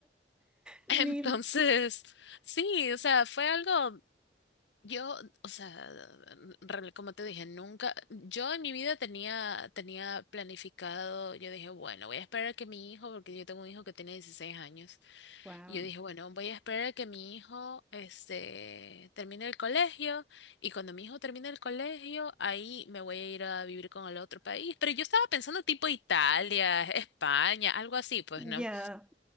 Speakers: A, on the left; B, in the centre.
A: <laughs>
B: Mil.
A: Entonces, sí, o sea, fue algo, yo, o sea, real- como te dije, nunca, yo en mi vida tenía, tenía planificado, yo dije, bueno, voy a esperar a que mi hijo, porque yo tengo un hijo que tiene 16 años.
B: Wow.
A: Y yo dije, bueno, voy a esperar a que mi hijo este, termine el colegio y cuando mi hijo termine el colegio, ahí me voy a ir a vivir con el otro país. Pero yo estaba pensando tipo Italia, España, algo así, pues,
B: Ya.
A: ¿no?